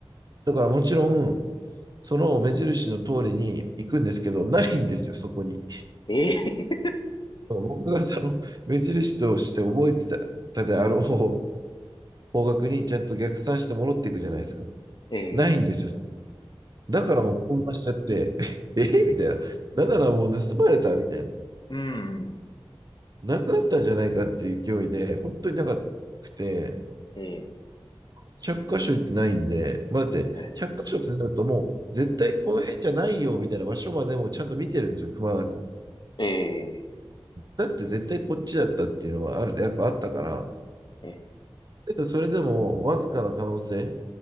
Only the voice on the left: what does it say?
え
ー、<laughs> えー、
うん、
えー、
え、
え
ー、え